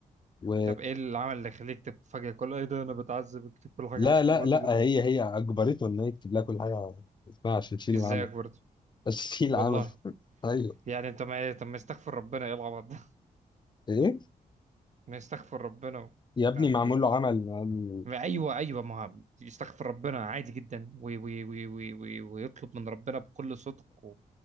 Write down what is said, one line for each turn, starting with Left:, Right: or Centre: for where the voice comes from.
Left: و
Right: طب ايه اللي عمل اللي يخليك تكتب فجأة كل ايه ده انا بتعذب اكتب كل حاجة
Left: لا
Right: باسم
Left: لا
Right: مراتي
Left: لا
Right: دلوقتي
Left: هي هي اجبرته ان هي يكتب لها كل حاجه اسمها عشان تشيل
Right: ازيك
Left: العمل
Right: برضه
Left: عشان تشيل
Right: والله
Left: العمل <laughs> ايوه
Right: يعني انت ما إيه، طب ما يستغفر ربنا ايه العبط ده
Left: ايه
Right: <laughs> ما يستغفر ربنا و...
Left: يا ابني
Right: طب
Left: معمول له عمل معمول-
Right: ما ايوه ايوه ما هو يستغفر ربنا عادي جدا وي وي وي وي وي ويطلب من ربنا بكل صدق و...